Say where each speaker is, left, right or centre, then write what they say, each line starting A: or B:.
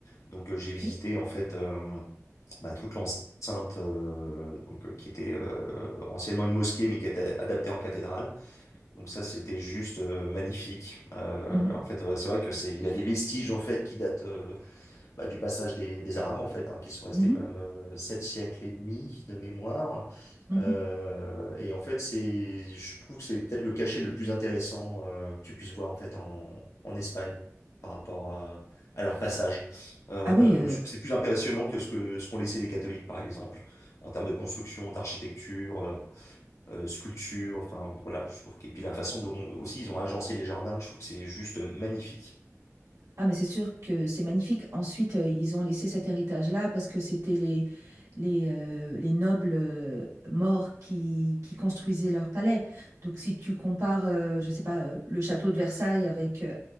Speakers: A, on the left; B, on the right.
A: Donc euh, j'ai
B: Ok.
A: visité en fait. euh, bah, toute l'enceinte euh, donc, euh, qui était euh, anciennement une mosquée mais qui était adaptée en cathédrale. Donc ça c'était juste euh, magnifique. Euh,
B: Mhm,
A: en fait ouais, c'est vrai que c'est il y a des vestiges en fait qui datent euh, bah, du passage des, des Arabes, en fait, hein, qui sont restés
B: mhm,
A: quand même euh, sept siècles et demi de mémoire.
B: mhm.
A: Euh, et en fait, c'est, je trouve que c'est peut-être le cachet le plus intéressant euh, que tu puisses voir en fait en, en Espagne par rapport à, à leur passage. Euh,
B: Ah oui, euh,
A: je trouve que c'est plus impressionnant que ce que ce qu'ont laissé les catholiques, par exemple, en termes de construction, d'architecture, euh, euh, sculpture. Enfin, voilà, je trouve que- et puis la façon dont aussi ils ont agencé les jardins, je trouve que c'est juste magnifique.
B: Ah, mais c'est sûr que c'est magnifique. Ensuite, euh, ils ont laissé cet héritage-là parce que c'était les, les, euh, les nobles euh, morts qui, qui construisaient leur palais. Donc, si tu compares, euh, je sais pas, euh, le château de Versailles avec, euh,